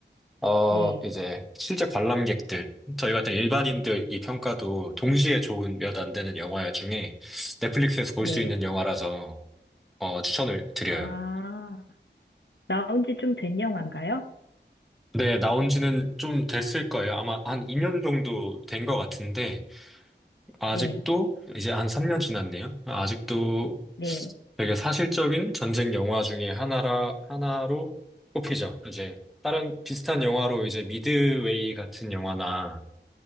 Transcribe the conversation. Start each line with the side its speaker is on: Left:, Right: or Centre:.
Centre: 어,
Left: 네,
Centre: 이제 실제 관람객들, 저희 같은 일반인들 이 평가도 동시에 좋은 몇 안 되는 영화 중에 넷플릭스에서 볼
Left: 네.
Centre: 수 있는 영화라서 어, 추천을 드려요.
Left: 아, 나온 지 좀 된 영화인가요?
Centre: 네, 나온 지는 좀 됐을 거예요. 아마 한 2년 정도 된 것 같은데, 아직도
Left: 네,
Centre: 이제 한 3년 지났네요. 아직도
Left: 네,
Centre: 되게 사실적인 전쟁 영화 중에 하나라 하나로 꼽히죠. 이제 다른 비슷한 영화로 이제 미드웨이 같은 영화나